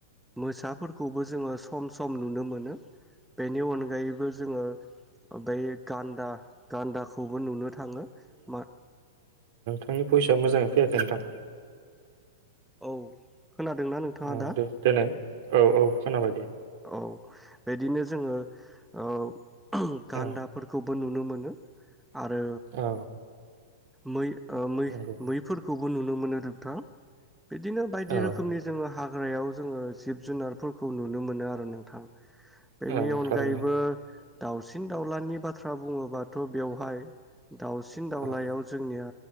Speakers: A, in the centre; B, on the right (about 60°).
A: मोसाफोरखौबो जोंङो सम सम नुनो मोनो बेनि अनगायैबो जोंङो ओमफ्राय गान्दा गान्दाखौ बो नुनो थांङो मा
B: थांनि भयिसा मोजांङै फैयाखै नोंथां
A: औ खोनादोंना नोंथाङा
B: औ
A: दा
B: दे देनाय औ औ खोनाबाय दे
A: औ बिदिनो जोंङो औ गान्दाफोरखौ
B: औ
A: बो नुनो मोनो आरो
B: औ
A: मै ओ मै-मैफोरखौ
B: नंगौ
A: बो नुनो मोनो नोंथां बिदिनो बायदि
B: औ
A: रोखोमनि जोंङो हा ग्रायाव जोंङो जिब जुनारफोरखौ नु नो मोनो आरो नोंथां। बेनि
B: औ
A: अनगायैबो
B: थारैनो
A: दाउसिन दाउलानि बाथ्रा बुङोबाथ' बेवहाय दाउसिन दाउलायाव
B: औ
A: जोंनिया